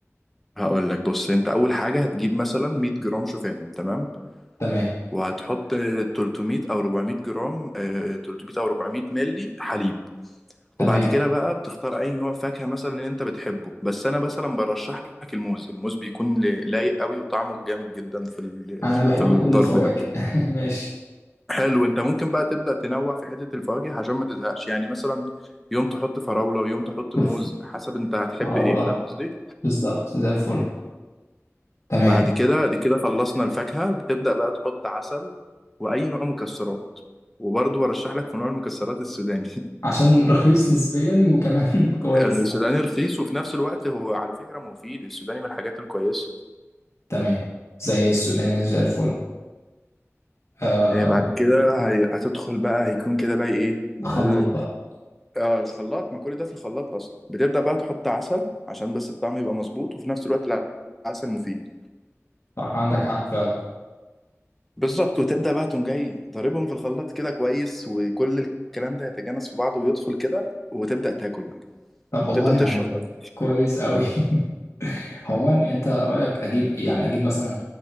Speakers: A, in the centre; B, on the left.
A: هقول لك بص انت اول حاجه هتجيب مثلا 100 جرام شوفان تمام
B: تمام
A: وهتحط 300 او 400 جرام آه، 300 او 400 ملي حليب
B: تمام
A: وبعد كده بقى بتختار اي نوع فاكهه مثلا اللي انت بتحبه بس انا مثلا برشح لك الموز الموز بيكون ل- لايق قوي وطعمه جامد جدا في ال...
B: انا بحب
A: في الضرب
B: كل الفواكه
A: ده
B: <laughs> ماشي
A: حلو انت ممكن بقى تبدا تنوع في حته الفواكه عشان ما تزهقش يعني مثلا يوم تحط فراوله ويوم تحط
B: شوف
A: موز حسب انت هتحب
B: مراولة
A: ايه فاهم قصدي
B: بالظبط زي الفل تمام
A: بعد كده دي كده خلصنا الفاكهة بتبدأ بقى تحط عسل وأي نوع مكسرات وبرضه برشح لك في نوع المكسرات السوداني
B: عشان رخيص نسبيا وكمان <laughs> كويس
A: <laughs> السوداني
B: يعني
A: رخيص وفي نفس الوقت هو على فكرة مفيد السوداني من الحاجات الكويسة
B: تمام زي السوداني زي الفل آه
A: إيه بعد كده هي- هتدخل بقى هيكون كده بقى إيه
B: خلط
A: آه
B: بقى
A: آه، الخلاط ما كل ده في الخلاط أصلا بتبدأ بقى تحط عسل عشان بس الطعم يبقى مظبوط وفي نفس الوقت العسل مفيد
B: صح عندك حق فعلا
A: بالظبط وتبدأ بقى تقوم جاي ضاربهم في الخلاط كده كويس وكل الكلام ده يتجانس في بعضه ويدخل كده وتبدأ تاكل
B: طب والله
A: تبدأ
B: يعني
A: تشرب قبل
B: كويس قوي <laughs> عموما انت رايك اجيب ايه يعني اجيب مثلا